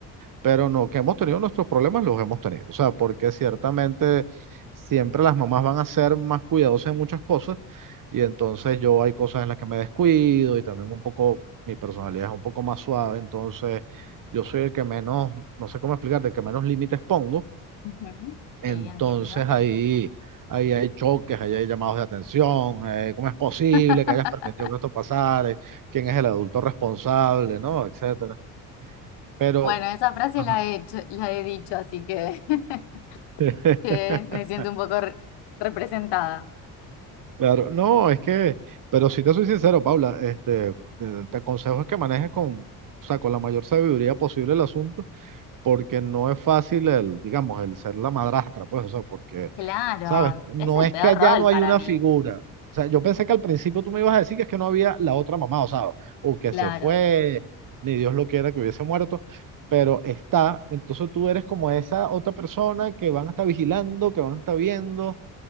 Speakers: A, on the right (about 50°); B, on the left (about 75°).
A: pero no, que hemos tenido nuestros problemas, los hemos tenido. O sea, porque ciertamente siempre las mamás van a ser más cuidadosas en muchas cosas y entonces yo hay cosas en las que me descuido y también un poco, mi personalidad es un poco más suave, entonces yo soy el que menos, no sé cómo explicarte, el que menos límites pongo,
B: Ujú.
A: entonces
B: Sí, entiendo.
A: ahí... Ahí hay choques, ahí hay llamados de atención, eh, cómo es posible
B: <laughs>
A: que hayas permitido que esto pasara, Eh, quién es el adulto responsable, ¿no? Etcétera. Pero,
B: Bueno, esa frase
A: Ajá.
B: la he hecho- la he dicho, así que, <laughs>
A: <laughs>
B: que me siento un poco re- representada.
A: Claro, no, es que, pero si te soy sincero, Paula, este, eh, te aconsejo es que manejes con, o sea, con la mayor sabiduría posible el asunto, porque no es fácil el, digamos, el ser la madrastra, pues, o sea, porque,
B: Claro,
A: ¿sabes? No
B: es el
A: es
B: peor
A: que allá
B: rol
A: no hay
B: para
A: una
B: mí.
A: figura. O sea, yo pensé que al principio tú me ibas a decir que es que no había la otra mamá, o sea, o que
B: Claro,
A: se fue, ni Dios lo quiera que hubiese muerto, pero está, entonces tú eres como esa otra persona que van a estar vigilando, que van a estar viendo,